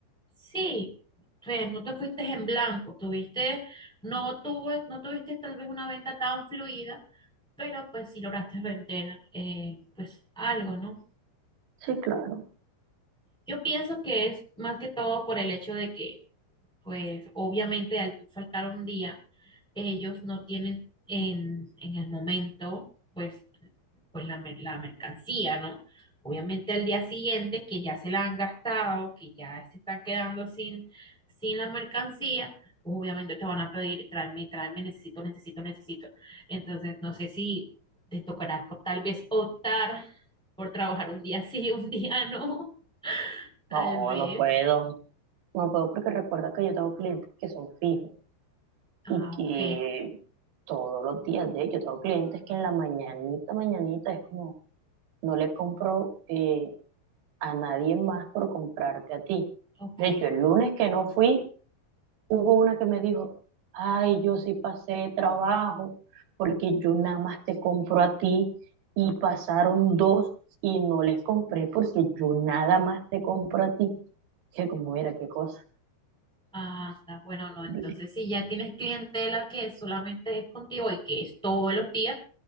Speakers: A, in the centre; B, on the right (about 85°).
A: sí, o sea, no te fuiste en blanco, tuviste, no tuvo, no tuviste tal vez una venta tan fluida, pero pues sí lograste vender, eh, pues algo, ¿no?
B: Sí, claro.
A: Yo pienso que es más que todo por el hecho de que pues obviamente al tú faltar un día, ellos no tienen en, en el momento, pues, pues la, mer- la mercancía, ¿no? Obviamente al día siguiente, que ya se la han gastado, que ya se están quedando sin, sin la mercancía, obviamente te van a pedir, tráeme, tráeme, necesito, necesito, necesito. Entonces, no sé si te tocará co- tal vez optar por trabajar un día sí, <laughs> un día no, tal
B: No,
A: vez.
B: no puedo. No puedo porque recuerda que yo tengo clientes que son fijos.
A: Ah,
B: y que
A: ok,
B: todos los días, de hecho, tengo clientes que en la mañanita, mañanita es como, no le compro eh, a nadie más por comprarte a ti.
A: ok.
B: De hecho, el lunes que no fui, hubo una que me dijo, ay, yo sí pasé de trabajo porque yo nada más te compro a ti y pasaron dos y no les compré porque yo nada más te compro a ti. Que como, mira, qué cosa.
A: Anda, bueno, no, entonces
B: <laughs>
A: si ya tienes clientela que solamente es contigo y que es todos los días,